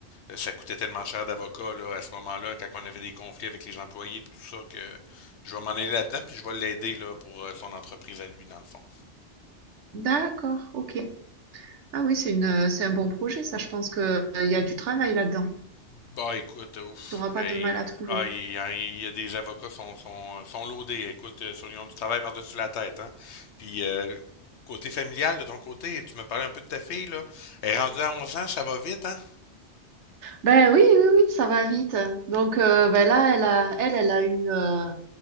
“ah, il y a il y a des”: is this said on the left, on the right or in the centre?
Left